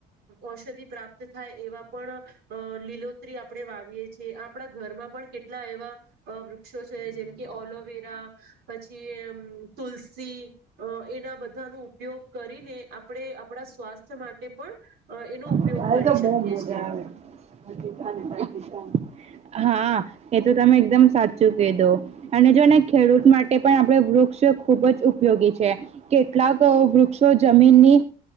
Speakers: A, on the right (about 70°); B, on the right (about 40°).
A: ઔષધિ પ્રાપ્ત પ્રત થાય એવા પણ અ લીલોત્રી આપણે વાવીએ છીએ આપણા ઘરમાં પણ કેટલા એવા અ વૃક્ષો છે જેમ કે ઓલોવેરા પછીમ તુલસી અ એના બધાનો ઉપયોગ કરીને આપણે આપણા સ્વાસ્થ્ય માટે પણ એનો ઉપયોગ
B: તલે
A: કરી
B: તો
A: શકીએ
B: બહ મજા
A: છીએ.
B: આવે પાકિસ્તાને પાકિસ્તા હા એ તો તમે એકદમ સાચું કહી દો અને જો ને ખેડૂત માટે પણ આપડે વૃક્ષ ખૂબ ઉપયોગી છે કેટલાક વૃક્ષો જમીનની